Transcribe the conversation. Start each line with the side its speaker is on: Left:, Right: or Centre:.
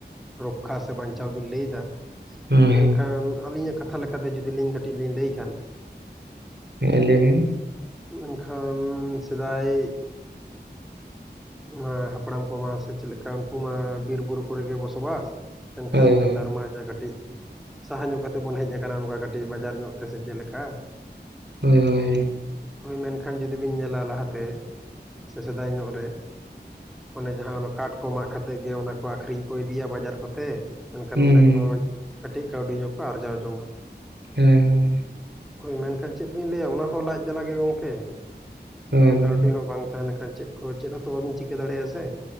Centre: ᱨᱚᱠᱠᱷᱟ ᱥᱮ ᱵᱟᱧᱪᱟᱣ ᱵᱤᱱ ᱞᱟᱹᱭ ᱮᱫᱟ
Right: ᱦᱳᱭ
Centre: ᱢᱮᱱᱠᱷᱟᱱ
Right: ᱦᱳᱭ
Centre: ᱟᱹᱞᱤᱧᱟᱜ ᱠᱟᱛᱷᱟ ᱞᱮᱠᱟᱛᱮ ᱡᱩᱫᱤ ᱞᱤᱧ ᱠᱟᱹᱴᱤᱡ ᱞᱤᱧ ᱞᱟᱹᱭ ᱠᱷᱟᱱ
Right: ᱦᱮᱸ ᱞᱟᱹᱭ ᱵᱤᱱ᱾
Centre: ᱢᱮᱱᱠᱷᱟᱱ ᱥᱮᱫᱟᱭ ᱢᱟ ᱦᱟᱯᱲᱟᱢ ᱠᱚᱢᱟ ᱥᱮ ᱪᱮᱫ ᱞᱮᱠᱟ ᱩᱱᱠᱩ ᱢᱟ ᱵᱤᱨ ᱵᱩᱨᱩ ᱠᱚᱨᱮ ᱜᱮ ᱵᱚᱥᱚᱵᱟᱥ᱾ ᱢᱮᱱᱠᱷᱟᱱ
Right: ᱦᱳᱭ ᱦᱳᱭ
Centre: ᱱᱮᱛᱟᱨ ᱢᱟ ᱡᱟ ᱠᱟᱹᱴᱤᱡ ᱥᱟᱦᱟ ᱧᱚᱜ ᱠᱟᱛᱮᱜ ᱵᱚᱱ ᱦᱮᱡ ᱟᱠᱟᱱᱟ ᱱᱚᱝᱠᱟ ᱠᱟᱹᱴᱤᱡ ᱵᱟᱡᱟᱨ ᱧᱚᱜ ᱛᱮ, ᱥᱮ ᱪᱮᱫ ᱞᱮᱠᱟ?
Right: ᱦᱳᱭ ᱦᱳᱭ᱾
Centre: ᱦᱳᱭ ᱢᱮᱱᱠᱷᱟᱱ ᱡᱩᱫᱤ ᱵᱤᱱ ᱧᱮᱞᱟ ᱞᱟᱦᱟᱛᱮ ᱥᱮ ᱥᱮᱫᱟᱭ ᱧᱚᱜ ᱨᱮ᱾ ᱚᱱᱮ ᱡᱟᱦᱟᱸ ᱚᱱᱟ ᱠᱟᱴ ᱠᱚ ᱢᱟᱜ ᱠᱟᱛᱮᱜ ᱜᱮ ᱚᱱᱟ ᱠᱚ ᱟᱠᱷᱨᱤᱧ ᱠᱚ ᱤᱫᱤᱭᱟ ᱵᱟᱡᱟᱨ ᱠᱚᱛᱮ᱾ ᱢᱮᱱᱠᱷᱟᱱ
Right: ᱦᱳᱭ ᱦᱩᱸ
Centre: ᱚᱸᱰᱮ ᱠᱷᱚᱡ ᱠᱟᱹᱴᱤᱡ ᱠᱟᱹᱣᱰᱤ ᱧᱚᱜ ᱠᱚ ᱟᱨᱡᱟᱣ ᱡᱚᱝ-ᱟ᱾
Right: ᱦᱮᱸ ᱦᱩᱸ᱾
Centre: ᱦᱳᱭ ᱢᱮᱱᱠᱷᱟᱱ ᱪᱮᱫ ᱵᱤᱱ ᱞᱟᱹᱭᱟ ᱚᱱᱟᱦᱚᱸ ᱞᱟᱡᱽ ᱡᱟᱞᱟ ᱜᱮ ᱜᱚᱝᱠᱮ᱾
Right: ᱦᱳᱭ
Centre: ᱟᱫᱚ
Right: ᱦᱳᱭ
Centre: ᱠᱟ ᱰᱤ ᱦᱚᱸ ᱵᱟᱝ ᱛᱟᱦᱮᱸ ᱞᱮᱱᱠᱷᱟᱱ ᱪᱮᱫ ᱠᱚ ᱪᱮᱫ ᱦᱚᱸᱛᱚ ᱵᱟᱵᱤᱱ ᱪᱤᱠᱟᱹ ᱫᱟᱲᱮᱭᱟᱜ-ᱟ ᱥᱮ?